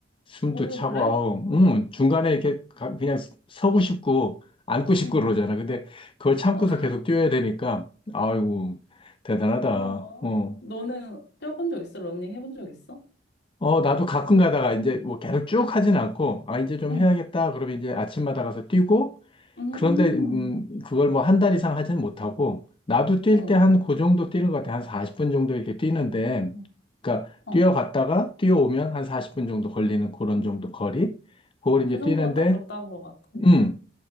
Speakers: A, on the left (about 25°); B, on the left (about 60°).
A: 숨도
B: 어,
A: 차고,
B: 그래?
A: 아우, 음, 중간에 이렇게 가- 그냥 서고 싶고, 앉고 싶고
B: 응.
A: 그러잖아. 근데 그걸 참고서
B: <laughs>
A: 계속 뛰어야 되니까, 아이고, 대단하다.
B: 어, 어.
A: 어.
B: 너는 뛰어본 적 있어? 러닝 해본 적 있어?
A: 어, 나도 가끔 가다가 이제 뭐 계속 쭉 하진 않고, 아, 이제 좀
B: 응.
A: 해야겠다. 그러면 이제 아침마다 가서 뛰고,
B: 음,
A: 그런데 음, 그걸 뭐 한 달 이상 하지는 못하고 나도 뛸
B: 어,
A: 때 한 그 정도 뛰는 것 같아. 한 40분 정도 이렇게 뛰는데
B: 어,
A: 그러니까 뛰어갔다가
B: 어.
A: 뛰어오면 한 40분 정도 걸리는 그런
B: 응.
A: 정도 거리. 그걸 이제
B: 그 정도가
A: 뛰는데
B: 딱 적당한 것 같아.
A: 음,